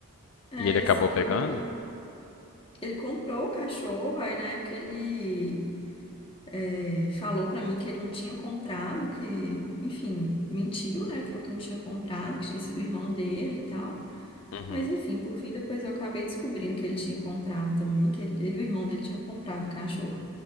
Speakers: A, on the left; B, on the left.
A: É,
B: E ele acabou
A: assim, que
B: pegando?
A: eu... eu- Ele comprou o cachorro, aí na época ele eh, falou pra mim que ele não tinha comprado, que, enfim, mentiu, né? Falou que não tinha comprado, que tinha sido o irmão dele e tal.
B: Uhum.
A: Mas, enfim, por fim, depois eu acabei descobrindo que ele tinha comprado também, que ele, ele e o irmão dele tinham comprado o cachorro.